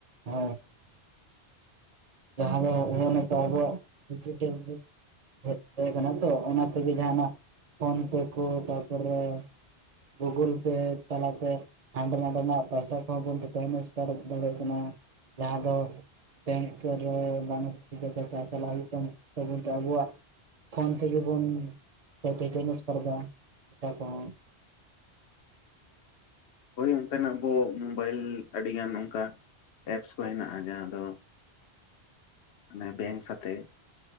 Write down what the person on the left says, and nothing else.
ᱦᱳᱭ ᱚᱱᱠᱟᱱᱟᱜ ᱟᱵᱚ ᱢᱳᱵᱟᱭᱤᱞ ᱟᱹᱰᱤᱜᱟᱱ ᱚᱝᱠᱟ ᱮᱯᱥ ᱠᱚ ᱦᱮᱱᱟᱜ-ᱟ, ᱡᱟᱦᱟᱸ ᱫᱚ ᱢᱟᱱᱮ ᱵᱮᱝᱠ ᱥᱟᱛᱮ